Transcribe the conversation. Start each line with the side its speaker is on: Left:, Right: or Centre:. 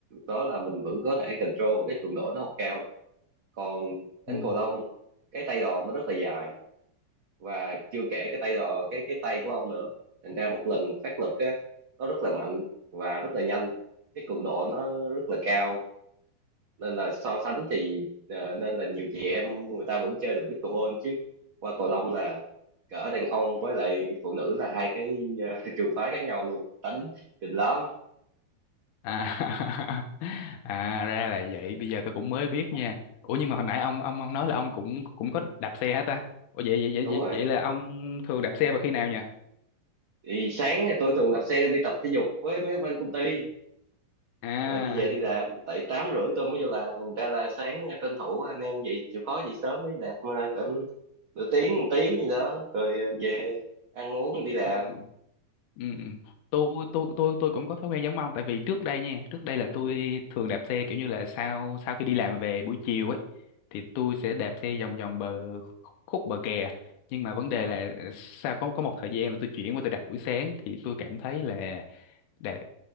Right: đó là mình vẫn có thể control và cái cường độ nó không cao còn đánh
Left: Ừ.
Right: cầu lông cái tay đòn nó rất là dài và chưa kể cái tay đòn cái cái tay của ông nữa thành ra một lần phát lực á nó rất là mạnh và rất là nhanh cái cường độ nó rất là cao nên là so sánh thì ờ, nên là nhiều chị em người ta vẫn chơi được pickleball chứ qua cầu lông là cỡ đàn ông với lại phụ nữ là hai cái ờ, <laughs> trường phái khác nhau luôn tính kinh lắm
Left: à <laughs> à ra là vậy bây giờ tôi cũng mới biết nha ủa nhưng mà hồi nãy ông ông ông nói là ông cũng cũng có đạp xe hả ta ủa vậy vậy vậy
Right: đúng
Left: vậy,
Right: rồi
Left: vậy là ông thường đạp xe vào khi nào nhỉ
Right: thì sáng thì tôi thường đạp xe đi tập thể dục với mấy ông anh công ty
Left: à
Right: rồi đi về đi làm tại tám rưỡi tôi mới vô làm thành ra là sáng tranh thủ anh em vậy chịu khó dậy sớm đi đạp ờ, cỡ nửa tiếng một tiếng gì đó rồi ờ, về ăn uống đi làm
Left: ừ, ừ. ừ. tôi tôi tôi tôi cũng có thói quen giống ông tại vì trước đây nha trước đây là tôi thường đạp xe kiểu như là sau sau khi đi làm về buổi chiều ấy thì tôi sẽ đạp xe vòng vòng bờ khúc bờ kè nhưng mà vấn đề
Right: à,
Left: là ờ, sau có có một thời gian là tôi chuyển qua tôi đạp buổi sáng thì tôi cảm thấy là đạp